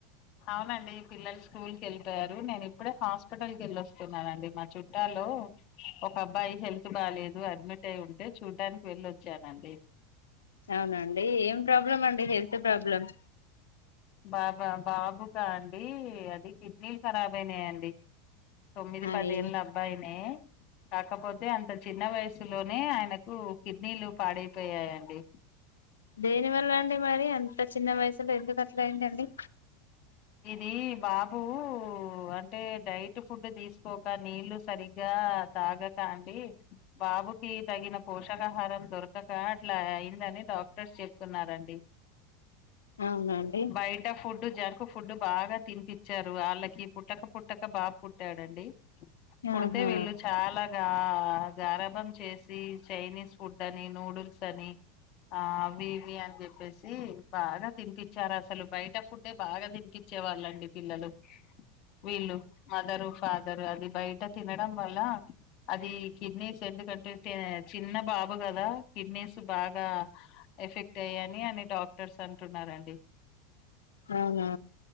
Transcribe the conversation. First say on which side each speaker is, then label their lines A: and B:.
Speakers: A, on the left; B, on the left.
A: అవునండి పిల్లలు స్కూల్ కి వెళ్ళిపోయారు నేను ఇప్పుడే హాస్పిటల్ క వెళ్ళొస్తున్నానండి మా చుట్టాలో ఒక అబ్బాయి హెల్త్ బాగాలేదు అడ్మిట్ అయి ఉంటే చూడ్డానికి వెళ్ళొచ్చానండి
B: అవునండి ఏం ప్రాబ్లం అండి హెల్త్ ప్రాబ్లమ్
A: బాబా బాబుకా అండి అది కిడ్నీలు ఖరాబ అయినాయంండి తొమ్మిది
B: అయి
A: పదేళ్ళ అబ్బాయినే కాకపోతే అంత చిన్న వయసు సు లోనే ఆయనకు కిడ్నీలు పాడైపోయాయండి
B: దేని వల్ళ అండి మరి అంత చిన్న వయసులో ఎందుకు అట్లాయిందండి
A: ఇది బాబు అంటే డైట్ ఫుడ్ తీసుకోక నీళ్ళలు సరిగ్గా తాగక అండి బాబుకి తగిన పోషకాహారం దొర ఒక అట్లా అయిందని డాక్టర్స్ చెప్తున్నారండి
B: అవునండి
A: బయిటా ఫుడ్ జంక్ ఫుడు బాగా తినిపచ్చారు వాళ్ళకి పుట్టక పుట్టక బాబ్ పుట్టాడండి పుడితే
B: ఆహా
A: వెీళ్ళు చాలా గారంభం చేసి చైనీస్ ఫుడ్ అని నూడుల్స్ అని ఆ అవి ఇవి అని చెప్పేసి సి బాగా తినిపచ్చారు అసలు బయట ఫుడే బాగా తినిపించే వాళ్ళండి పిల్లలు వీళ్ళు మదరు ఫా జర అది బయట తినడం వల్ల అది కిడ్నీస్ ఎందుకంటే చిన్న బాబు కదా కిడ్నేసు బాగా ఎఫెక్ట్ అయ్యాని అని డాక్ క్టర్స్ అంటున్నారండి
B: ఆహా